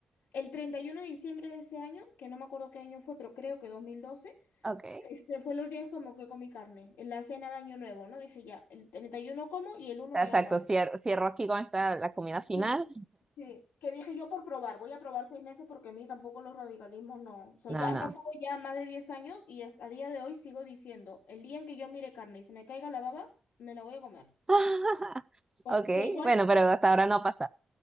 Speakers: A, on the left (about 85°); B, on the right (about 20°).
A: El 31 de diciembre de ese año, que no me acuerdo qué año fue, pero creo que 2012,
B: ok, o
A: este, fue los días como que comí carne, en la cena de Año Nuevo, ¿no? Dije, ya, el 31 como y el uno
B: sea,
A: ya
B: exacto,
A: no.
B: cier- cierro, aquí con esta, la comida final.
A: Sí, sí, que dije yo por probar, voy a probar seis meses porque a mí tampoco los radicalismos no, o sea,
B: No,
A: ya han
B: no.
A: pasado ya más de 10 años y hasta a día de hoy sigo diciendo, el día en que yo mire carne y se me caiga la baba, me la voy a comer.
B: <laughs>
A: Porque
B: Ok,
A: igual,
B: bueno, pero hasta ahora no pasa.